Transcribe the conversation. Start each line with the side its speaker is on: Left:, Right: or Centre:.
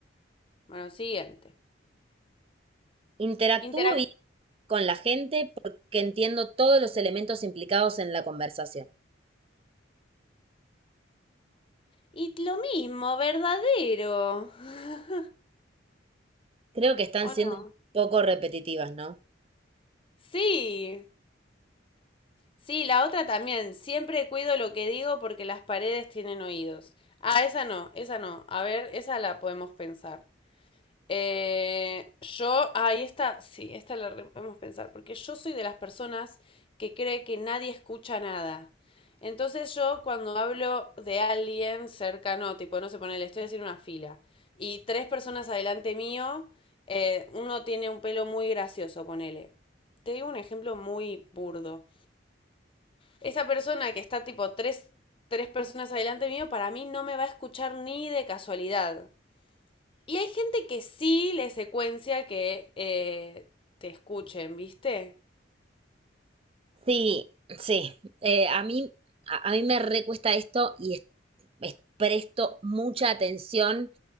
Left: bueno, siguiente.
Right: Interactúo
Left: Interac-
Right: bien con la gente porque entiendo todos los elementos implicados en la conversación.
Left: Y lo mismo, verdadero. <laughs>
Right: Creo que están
Left: ¿O
Right: siendo
Left: no?
Right: un poco repetitivas, ¿no?
Left: Sí, sí, la otra también. Siempre cuido lo que digo porque las paredes tienen oídos. Ah, esa no, esa no. A ver, esa la podemos pensar. Eh, yo, ahí está, sí, esta la re- podemos pensar, porque yo soy de las personas que cree que nadie escucha nada. Entonces yo cuando hablo de alguien cercano, tipo, no sé, ponele, estoy haciendo una fila y tres personas adelante mío, eh, uno tiene un pelo muy gracioso, ponele. Te digo un ejemplo muy burdo. Esa persona que está tipo tres, tres personas adelante mío, para mí no me va a escuchar ni de casualidad. Y hay gente que sí le secuencia que eh, te escuchen, ¿viste?
Right: Sí, sí. Eh, a mí, a, a mí me recuesta esto y es- es- presto mucha atención